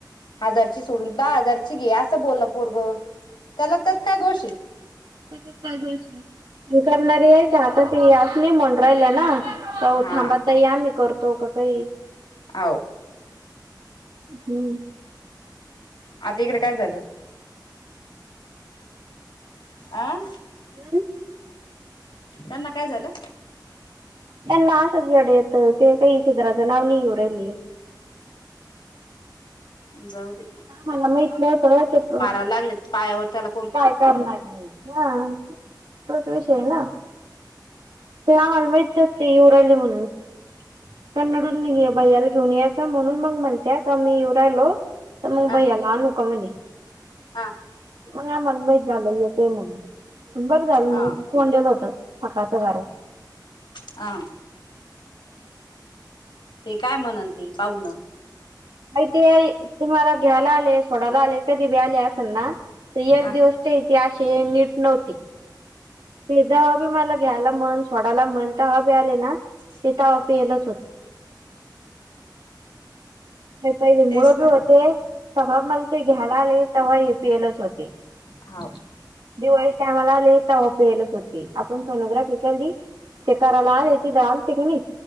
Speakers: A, on the left; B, on the right.
A: हजारची सोडून, दहा हजारची घे असं बोललं पोरग त्याला त्यात काय दोषी.
B: पण करणारी आहे आता तस नाही म्हण राहिल्या ना. हो
A: हा
B: थांबा तयार मी करतो का काही
A: आ
B: हम्म.
A: आता इकडे काय झालं? आं
B: हम्.
A: त्यांना काय झालं?
B: त्याना असच अड येत ते काही इसध्र नाव नरेली.
A: जाऊ दे
B: मला माहित नव्हत <unintelligible>
A: लागलेत पायावर त्याला
B: काय करणार हा तोच विषय हाय ना. ना आलमेेतात इवरल मुण. पण रडुन भैयाला घेऊन या का म्हणून मग म्हणते का मी येऊ राहिलो. त मग
A: हा
B: भईला अन का मणे.
A: हा
B: मग या मन माहित झालं येतय म्हणून बरं झालं
A: हा
B: मग कोण दिलं होत सकाळच्या घरात.
A: अ, ते काय म्हण ते पाहुन.
B: माहिती तुम्हाला घ्यायला आले सोडायला आले कधी बी आले असेल ना एक
A: हा
B: दिवस ते त अशीे नीट नव्हती. फिज हवा बी मला घ्यायला म्हण सोडाला म्हण तर हवा बी आले ना.
A: <unintelligible>
B: तिथं पलच होत. ते पहिले
A: तेच
B: मुळ
A: ना
B: बी होते तेव्हा मला ते घ्यायला आले तेव्हा ए पी एलच होते.
A: हा.
B: दिवाळी टायमाला आले तेव्हा फेलच सु होतु आपण सोनोग्राफी केली. ते कराला आले तिथ आल तिक नाही,